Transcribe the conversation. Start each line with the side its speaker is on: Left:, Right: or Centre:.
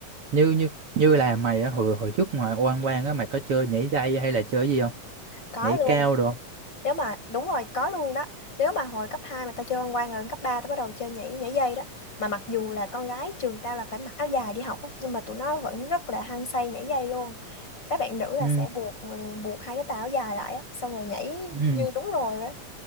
Right: như như như là mày á hồi hồi trước ngoài oan oan á mày có chơi nhảy dây hay là chơi gì không
Left: có
Right: nhảy
Left: luôn
Right: cao được không
Left: nếu mà đúng rồi có luôn đó nếu mà hồi cấp 2 mà tao chơi văn quan rồi lên cấp 3 tao bắt đầu chơi nhảy nhảy dây đó mà mặc dù là con gái trường tao là phải mặc áo dài đi học ấy, nhưng mà tụi nó vẫn rất là hăng say nhảy dây luôn mấy bạn nữ là
Right: ừ
Left: sẽ buộc buộc hai cái tà áo dài lại á xong rồi nhảy
Right: ừ
Left: như đúng rồi